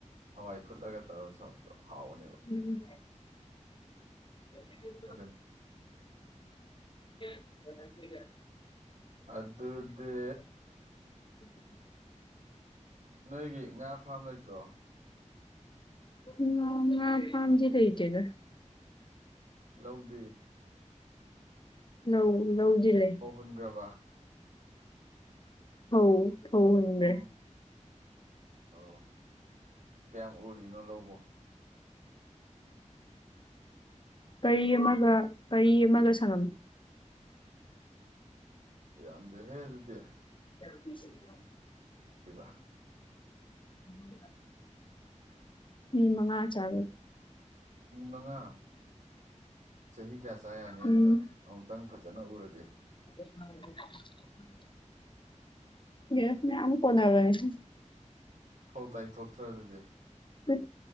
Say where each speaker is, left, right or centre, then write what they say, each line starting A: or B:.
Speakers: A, on the right; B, on the left.
A: ꯍꯋꯥꯏ ꯐꯨꯠꯂꯒ ꯇꯧꯔꯒ ꯊꯥꯛꯄꯗꯣ ꯍꯥꯎꯕꯅꯦꯕ꯫
B: ꯎꯝ <unintelligible>
A: ꯑꯗꯨꯅꯤ
B: <unintelligible>
A: ꯑꯗꯨꯗꯤ
B: <unintelligible>
A: ꯅꯣꯏꯒꯤ ꯉꯥ ꯐ꯭ꯔꯥꯝ ꯂꯩꯇ꯭ꯔꯣ?
B: ꯉꯥ ꯉꯥ ꯐꯥꯝꯗꯤ ꯂꯩꯇꯦꯗ꯫
A: ꯂꯧꯗꯤ꯫
B: ꯂꯧ ꯂꯧꯗꯤ ꯂꯩ꯫
A: ꯍꯨꯟꯈꯔꯕ
B: ꯑꯧ ꯐꯧ ꯍꯨꯟꯒ꯭ꯔꯦ꯫
A: ꯎꯝ ꯑꯣ ꯀꯌꯥꯝ ꯎꯔꯤꯅꯣ ꯂꯧꯕꯨ꯫
B: ꯄꯔꯤ ꯑꯃꯒ ꯄꯔꯤ ꯑꯃꯒ ꯁꯪꯉꯝ꯫
A: ꯌꯥꯝꯗꯦꯍꯦ ꯑꯗꯨꯗꯤ꯫
B: <unintelligible>
A: ꯏꯕ
B: <unintelligible> ꯃꯤ ꯃꯉꯥ ꯆꯥꯔꯦ꯫
A: ꯃꯤ ꯃꯉꯥ꯫ ꯆꯍꯤ ꯀꯌꯥ ꯆꯥ ꯌꯥꯅꯤ
B: ꯎꯝ
A: ꯑꯗꯨꯅ ꯑꯃꯨꯛꯇꯪ ꯐꯖꯅ ꯎꯔꯗꯤ
B: <inaudible> ꯌꯦꯁ ꯃꯌꯥꯝ ꯃꯨꯛ ꯀꯣꯟꯅꯕꯅꯦ ꯫
A: ꯐꯧ ꯇꯥꯏꯊꯣꯛꯇ꯭ꯔ ꯑꯗꯨꯗꯤ꯫
B: ꯇꯨꯠ